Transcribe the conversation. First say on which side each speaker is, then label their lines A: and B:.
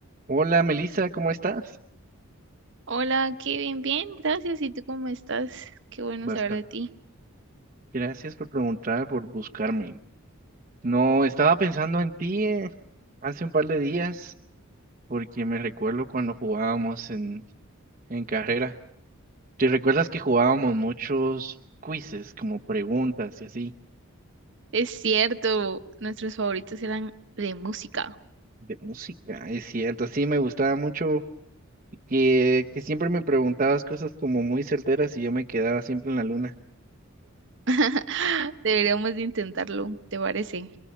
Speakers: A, on the right; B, on the right.
A: Hola Melissa, ¿cómo estás?
B: Hola, Kevin, bien, gracias. ¿Y tú cómo estás? Qué bueno
A: Bastante.
B: saber de ti.
A: Gracias por preguntar, por buscarme. No, estaba pensando en ti eh, hace un par de días, porque me recuerdo cuando jugábamos en, en carrera. ¿Te recuerdas que jugábamos muchos quizzes, como preguntas y así,
B: Es cierto, nuestros favoritos eran de música.
A: de música? Es cierto, sí, me gustaba mucho que, que siempre me preguntabas cosas como muy certeras y yo me quedaba siempre en la luna.
B: <laughs> Deberíamos de intentarlo, ¿te parece?